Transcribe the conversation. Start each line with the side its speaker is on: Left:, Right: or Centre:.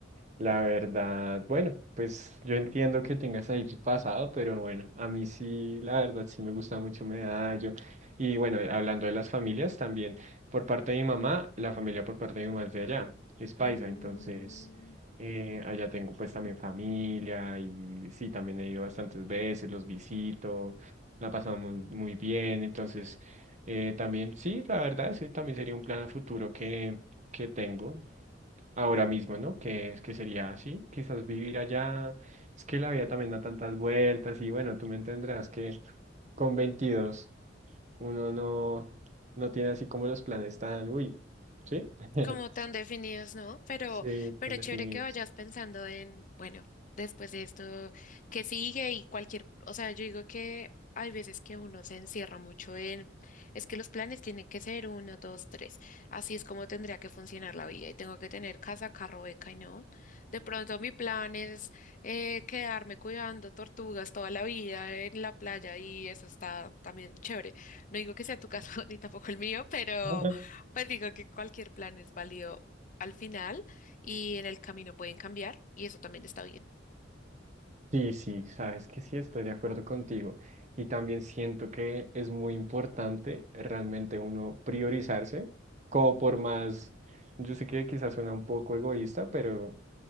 Right: la verdad, bueno, pues yo entiendo que tengas ahí tu pasado, pero bueno, a mí sí, la verdad, sí me gusta mucho Medallo. Y bueno, hablando de las familias también, por parte de mi mamá, la familia por parte de mi mamá es de allá, es paisa,
Left: Mm,
Right: entonces eh, allá tengo pues también familia y sí, también he ido bastantes veces, los visito, la pasamos muy, muy bien, entonces... Eh, también, sí, la verdad, ese también sería un plan a futuro que, que tengo ahora mismo, ¿no? Que es que sería así, quizás vivir allá. Es que la vida también da tantas vueltas y bueno, tú me entenderás que con 22 uno no, no tiene así como los planes tan, uy, ¿sí? <laughs>
Left: como tan definidos, ¿no? Pero,
Right: Sí,
Left: pero
Right: tan
Left: chévere
Right: definidos.
Left: que vayas pensando en, bueno, después de esto, ¿qué sigue? Y cualquier, o sea, yo digo que hay veces que uno se encierra mucho en, es que los planes tienen que ser uno, dos, tres. Así es como tendría que funcionar la vida y tengo que tener casa, carro, beca y no. De pronto mi plan es eh, quedarme cuidando tortugas toda la vida en la playa y eso está también chévere. No digo que sea tu caso <laughs> ni tampoco el mío, pero...
Right: <laughs>
Left: Pues digo que cualquier plan es válido al final y en el camino pueden cambiar y eso también está bien.
Right: Sí, sí, sabes que sí, estoy de acuerdo contigo. Y también siento que es muy importante realmente uno priorizarse, como por más, yo sé que quizás suena un poco egoísta, pero